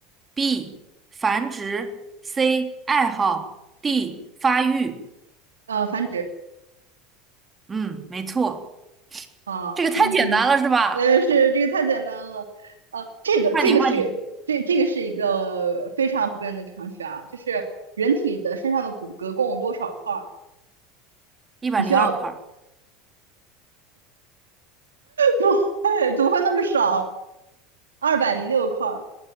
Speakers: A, on the right; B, on the right.
A: ，B. 繁殖，C. 爱好，D. 发育。
B: 呃，繁殖
A: 嗯，没错，
B: 啊，
A: 这个太简单了是吧？
B: 嗯，那是这个太简单了。呃，这个这个是这这个是一个非常普遍的常识啊，
A: 换你，换你，
B: 就是人体的身上的骨骼共有多少块儿？
A: 一百零二块。
B: 你需要 <laughs>，不会，怎么会那么少？二百零六块儿，